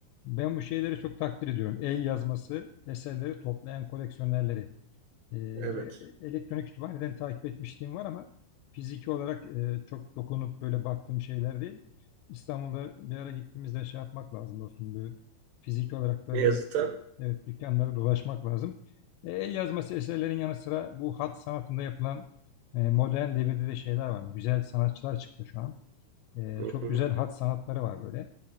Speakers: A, on the left (about 80°); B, on the right (about 80°).
A: Ben bu şeyleri çok takdir ediyorum. El yazması eserleri toplayan koleksiyonerleri. E,
B: Evet.
A: elektronik kütüphaneden takip etmişliğim var ama fiziki olarak e, çok dokunup böyle baktığım şeyler değil. İstanbul'da bir ara gittiğimizde şey yapmak lazım dostum. Bu fiziki olarak da
B: Beyazıt'a.
A: bu evet, dükkanları dolaşmak lazım. E, el yazması eserlerin yanı sıra bu hat sanatında yapılan e, modern devirde de şeyler var. Güzel sanatçılar çıktı şu an. E,
B: Hı
A: çok
B: hı.
A: güzel hat sanatları var böyle.